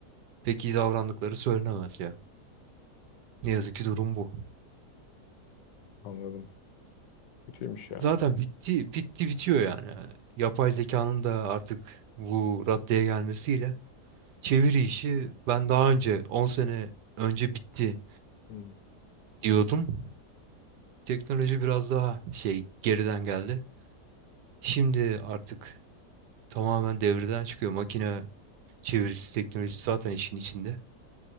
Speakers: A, on the right; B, on the left.
A: pek iyi davrandıkları söylenemez ya. Ne yazık ki durum bu.
B: anladım. Kötüymüş ya.
A: Zaten bitti bitti bitiyor yani. Yapay zekanın da artık bu raddeye gelmesiyle çeviri işi ben daha önce 10 sene önce bitti
B: Hmm,
A: diyordum. Teknoloji biraz daha şey geriden geldi. Şimdi artık tamamen devreden çıkıyor. Makine çevirisi teknolojisi zaten işin içinde.